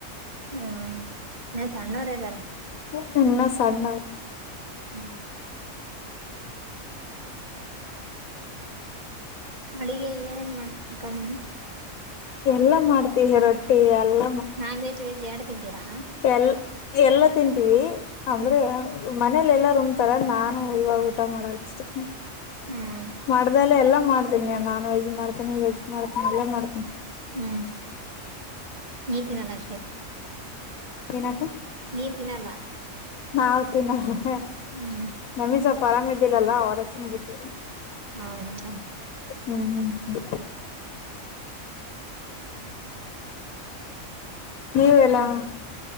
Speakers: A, on the right; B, on the left.
A: ಹ್ಮ್ ನ ಸಣ್ಣವರ ಇದ್ದಾರ
B: ಹು ಇನ್ನ ಸಣ್ಣ
A: ಹ್ಮ್ ಅಡುಗೆ ಏನೇನ್ ಮಾಡ್ತಕ ನೀನು
B: ಎಲ್ಲ ಮಾಡ್ತೀವಿ ರೊಟ್ಟಿ ಎಲ್ಲ
A: ನಾನ್ ವೆಜ್ ವೆಜ್ ಎರಡು ತಂತೀರಾ
B: ಎಲ್ಲ ಎಲ್ಲ ತಿಂತವಿ ಅಂದ್ರೆ
A: ಹ್ಮ್
B: ಮನೇಲೆ ಎಲ್ಲಾ ರುಮ್ತಾರ ನಾನು ಇವಾಗ ಊಟ ಮಾಡಲ್ಷ್ಟು
A: ಹ್ಮ್
B: ಮಾಡ್ದಲ್ಲ ಎಲ್ಲ ಮಾಡ್ತೀನಿ ನಾನ್ ವೆಜ್ ಮಾಡ್ತನಿ ವೆಜ್ ಮಾಡ್ತೀನಿ ಎಲ್ಲ ಮಾಡ್ತೀನಿ
A: ಹ್ಮ್ ನೇತೀನಲ್ಲ ಅಷ್ಟೇ
B: ಏನಕ
A: ನೀನ್ ತಿನ್ನಲ್ಲ
B: ನಾವ ತಿನ <unintelligible>
A: ಹ್ಮ್
B: ನಮಿಗ್ ಸ್ವಲ್ಪ ಆರಾಮ ಇದ್ದಿಲ್ಲಲ್ಲಾ ಅವರಸನ್ ಗಟ್ಟ
A: ಹೌದಾ
B: ಹ್ಮ್ ಹ್ಮ್ ಹ್ಮ ನೀವೆಲ್ಲಾ
A: ಹ್ಮ್.